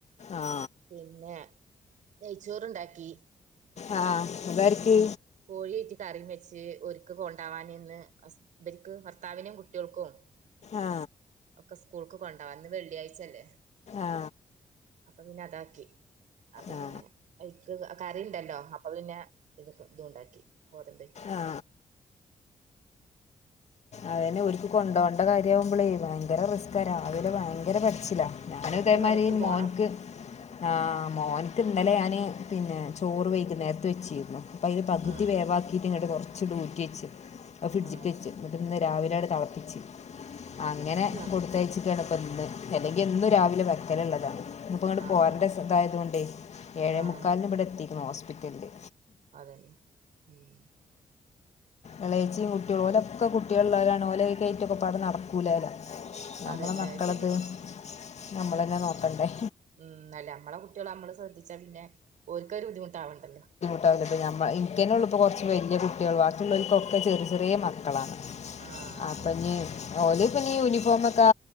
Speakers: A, on the right; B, on the left.
A: പി
B: ആ
A: പിന്നെ നെയ്ച്ചോറ് ഇണ്ടാക്കി
B: അ ആ അതാര്ക്ക്
A: കോഴിറ്റി കറി വെച്ച് ഓര്ക്ക് കൊണ്ടവാൻ എന്ന് ഇവർക്ക് ഭർത്താവിനും കുട്ടിൾക്കും
B: ആ
A: ഒക്കെ സ്കൂൾക്ക് കൊണ്ടവാ ഇന്ന് വെള്ളിയാഴ്ചല്ലേ
B: ആ
A: അപ്പൊ പിന്നെ അതാക്കി അപ്പൊ
B: ആ
A: പിന്നെ അയിക്ക് കറി ഉണ്ടല്ലോ അപ്പൊ പിന്നെ ഇത് ഇതും ഉണ്ടാക്കി ഗോതമ്പറ്റ്
B: ആ അതന്നെ ഒരിക്ക് കൊണ്ടോണ്ട കാര്യ ആവുമ്പോളേ ഭയങ്കര റിസ്ക്കാ രാവിലെ ഭയ ങ്കര പെട്ച്ചില ഞാനും
A: എട്ട്
B: ഇതേമാതിരി
A: മണിക്ക് പോണം
B: മോൻക്ക് ആഹ മോൻക്ക് ഇന്നലെ ഞാന് പിന്നെ ചോറ് വൈകുനേരത്ത് വെച്ചിരുന്നു അപ്പോ അതിന് പകുതി
A: ആഹ്
B: വേവാക്കിയിട്ട് ഇങ്ങട്ട് കുറച്ച് ഊറ്റി വെച്ച് ആ ഫ്രഡ്ജ്
A: ആഹ്
B: എന്നിട്ട്ന്ന് രാവിലെ തിളപ്പിച്ച് അങ്ങനെ
A: ഞാ
B: കൊടുത്തയച്ച് ഇപ്പ ഇന്ന് അല്ലെങ്കിൽ എന്നും രാവിലെ വെക്കല്ള്ളതാ ഇന്ന് ഇപ്പോ ഇങ്ങട്ട്
A: ആഹ്
B: പോരന്റെ ഇതായതൊണ്ട് ഏഴേ
A: ആഹ്
B: മുക്കാലിന് ഇബടെ എത്തിക്ക്ണ് ഹോസ്പിറ്റൽല്
A: അതന്നെ ഉം
B: എളയെച്ചി മൂ ഓലക്ക കുട്ടിയള് ഇള്ളോലാണ് ഓലക്കയ്‌റ്റ് ഒക്കെ പാട നടക്കൂല നമ്മളെ
A: അതന്നെ
B: മക്കൾത്
A: അത് ശരിയാ
B: നമ്മളന്നെ
A: ഉം
B: നോക്കണ്ടേ
A: ഉം അല്ലേ നമ്മളെ കുട്ടികൾ നമ്മള് ശ്രദ്ധിച്ചാ പിന്നെ ഓൽക്ക് ഒരു ബുദ്ധിമുട്ടാവണ്ടല്ലോ
B: ഇൻക്കന്നെ ഉള്ളു ഇപ്പോ കുറച്ച് വലിയ കുട്ടികള ബാക്കിയുള്ളവർക്കൊക്കെ ചെറിയ ചെറിയ മക്കളാണ്
A: ആഹ്
B: അപ്പോ ഞ്ഞി ഓല് പിന്നെ ഈ യൂനിഫോമൊക്കെ